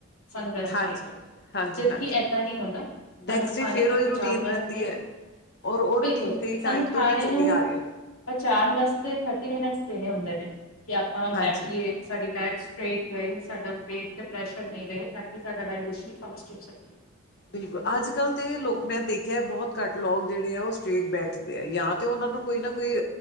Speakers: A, on the left; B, on the left.
A: ਸਾਂਨੂੰ ਬੈਡਰੈਸਟ
B: ਹਾਂਜੀ
A: ਚਾਹੀਦਾਂ।
B: ਹਾਂਜੀ
A: ਜਦਕਿ
B: ਹਾਂਜੀ
A: ਏਦਾਂ
B: ਹਾਂ
A: ਨਹੀਂ ਹੁੰਦਾ। ਸਾਨੂੰ
B: ਨੈਕਸਟ ਡੇ
A: ਖਾਣੇ
B: ਫੇਰ
A: ਨੂੰ
B: ਉਹੀ
A: ਪਹੁੰਚਾਉਣ
B: ਰੂਟੀਨ ਰਹਿੰਦੀ
A: ਵਾਸਤੇ।
B: ਹੈ ਔਰ ਉਹ ਰੂਟੀਨ
A: ਬਿਲਕੁਲ,
B: ਕਈ ਟਾਈਮ
A: ਸਾਨੂੰ
B: ਤੋਂ
A: ਖਾਣੇ
B: ਹੀ ਚੱਲੀ
A: ਨੂੰ।
B: ਆ ਰਹੀ ਹੈ
A: ਪਚਾਣ ਵਾਸਤੇ ਥਰਟੀ ਮਿੰਨਟਸ ਇਹ ਹੁੰਦੇ ਨੇ, ਕਿ ਆਪਾਂ
B: ਹਾਂਜੀ
A: ਬੈਠੀਏ। ਸਾਡੀ ਬੈਕ ਸਟੇਟ ਰਹੀ ਸਾਡਾ ਪੇਟ ਦੇ ਪ੍ਰੈਸ਼ਰ। ਰਹੇ ਤਾਂ ਕਿ ਸਾਡਾ ਡ ਫਾਸਟ ਹੋ ਸਕੇ।
B: ਬਿਲਕੁਲ, ਅੱਜ ਕੱਲ੍ਹ ਤੇ ਲੋਕ ਮੈਂ ਦੇਖਿਆ ਬਹੁਤ ਘੱਟ ਲੋਕ ਜਿਹੜੇ ਆ ਉਹ ਸਟ੍ਰੇਟ ਬੈਠ। ਜਾਂ ਤੇ ਉਹਨਾਂ ਨੂੰ ਕੋਈ ਨਾ ਕੋਈ